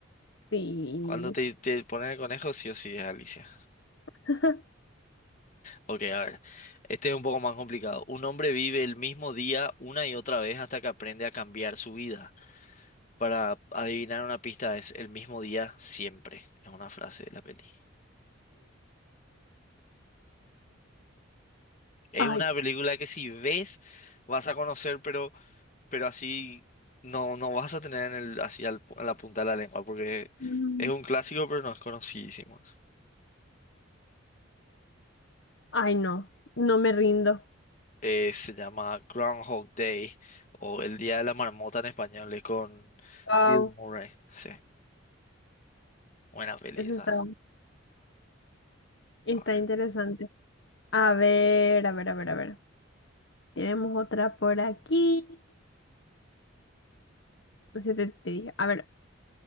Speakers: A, on the left (about 60°); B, on the left (about 35°).
A: Sí.
B: Cuando te, te ponen el conejo, sí o sí es Alicia.
A: <laughs>
B: Ok, a ver. Este es un poco más complicado. Un hombre vive el mismo día una y otra vez hasta que aprende a cambiar su vida. Para adivinar una pista es el mismo día siempre. Es una frase de la peli. Es
A: Ay,
B: una película que si ves vas a conocer, pero pero así no, no vas a tener en el, así al pu- en la punta de la lengua, porque
A: mm,
B: es un clásico, pero no es conocidísimo.
A: ay, no, no me rindo.
B: Eh, se llama Groundhog Day, o El Día de la Marmota en español, es con
A: Wow,
B: Bill Murray. Sí, buena peli
A: eso
B: esa.
A: está, está
B: A ver.
A: interesante. A ver, a ver, a ver, a ver. Tenemos otra por aquí. No sé, te, te dije. A ver,